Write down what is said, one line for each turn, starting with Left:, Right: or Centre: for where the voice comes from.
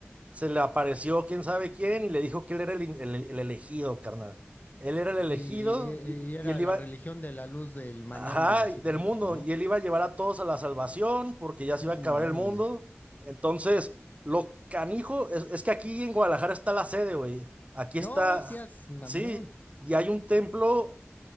Right: se le apareció quién sabe quién y le dijo que él era el, in- el- el elegido, carnal. Él era el elegido
Left: Y, y-
Right: y,
Left: y era
Right: y él
Left: la
Right: iba,
Left: religión de la luz del mañana
Right: Ajá, del
Left: siguiente,
Right: mundo.
Left: ¿no?
Right: Y él iba a llevar a todos a la salvación porque ya
Left: No
Right: se iba a acabar
Left: mames.
Right: el mundo. Entonces, lo canijo es, es que aquí en Guadalajara está la sede, güey. Aquí está,
Left: No, seas mamón.
Right: sí. Y hay un templo